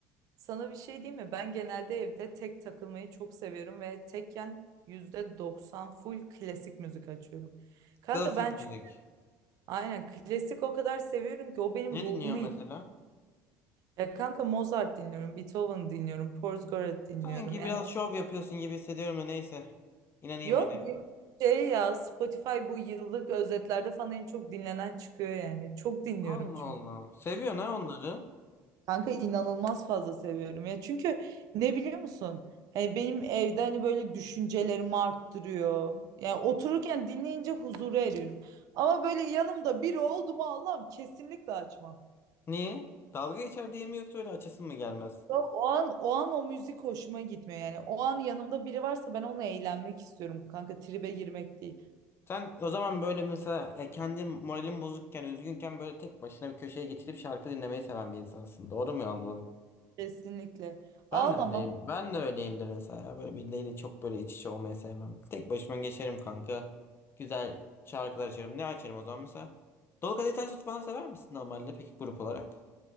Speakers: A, on the right (about 60°); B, on the left (about 35°).
A: Sana bir şey diyeyim mi? Ben genelde evde tek takılmayı çok seviyorum ve tekken %90 full klasik müzik açıyorum. Kanka
B: Klasik
A: ben çünkü
B: müzik.
A: aynen klasik o kadar seviyorum ki o benim
B: Ne
A: ruhumu
B: dinliyorsun
A: yiyor.
B: mesela?
A: Ya kanka Mozart dinliyorum, Beethoven dinliyorum, Porzgorat dinliyorum.
B: Sanki
A: Yani
B: biraz şov yapıyorsun gibi hissediyorum da neyse. İnanayım
A: yok
B: hadi.
A: bu şey ya Spotify bu yıllık özetlerde falan en çok dinlenen çıkıyor yani. Çok dinliyorum
B: Allah
A: çünkü.
B: Allah. Seviyorsun ha onları.
A: Kanka inanılmaz fazla seviyorum ya. Çünkü ne biliyor musun? Hani benim evde hani böyle düşüncelerimi arttırıyor. Yani otururken dinleyince huzura eriyorum. Ama böyle yanımda biri oldu mu Allah'ım kesinlikle açmam.
B: Niye? Dalga geçer diye mi yoksa öyle açısın mı gelmez?
A: O o an o an o müzik hoşuma gitmiyor yani. O an yanımda biri varsa ben onunla eğlenmek istiyorum kanka. Tribe girmek değil.
B: Sen o zaman böyle mesela e, kendin moralin bozukken, üzgünken böyle tek başına bir köşeye geçilip şarkı dinlemeyi seven bir insansın. Doğru mu anladım?
A: Kesinlikle.
B: Ben
A: Ağlamam.
B: de öyleyim. Ben de öyleyimdir mesela. Böyle birileriyle çok böyle iç içe olmayı sevmem. Tek başıma geçerim kanka. Güzel şarkılar açarım. Ne açarım o zaman mesela? Dolu Kadehi Ters Tut falan sever misin normalde peki grup olarak?